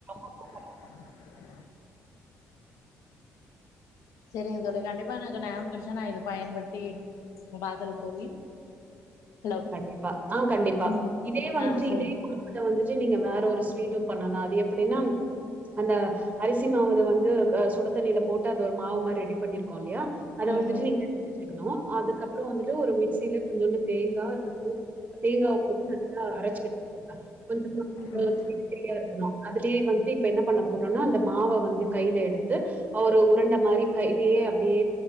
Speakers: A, on the right; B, on the left.
A: <inaudible>
B: ஆ செரிங்க தோழி கண்டிப்பா எனக்கு நேர கெடச்சா நா இத பயன்படுத்தி உ பாதல தோழி ஹலோ
A: கண்டிப்பா ஆ கண்டிப்பா
B: ம்
A: இதே வந்துட்டு
B: ஆ செரி
A: இதே குடும்பத்தை வந்துட்டு நீங்க வேற ஒரு ஸ்வீட் பண்ணலா அது எப்படின்னா அந்த அரிசி மாவுல வந்து சுடத்தண்ணில போட்டு அது ஒரு மாவு மாரி ரெடி பண்ணிருக்கோ இல்லயா அத
B: ம்
A: வந்துட்டு
B: ம்
A: நீங்கக் கத்துகணு அதுக்கப்பற வந்துட்டு ஒரு மிக்சில கொஞ்சோண்டு தேங்கா தேங்காவ போட்டு நல்லா அரைச்சு எடுத்துகோங்க கொஞ்சமா கொஞ்ச
B: ம்
A: திரி திரியா இருக்கணு அதுலயே வந்துட்டு இப்ப என்ன பண்ணவோ னா அந்த மாவ வந்து கைல எடுத்து அவர் உறண்ட மாரி கைலயே அப்டியே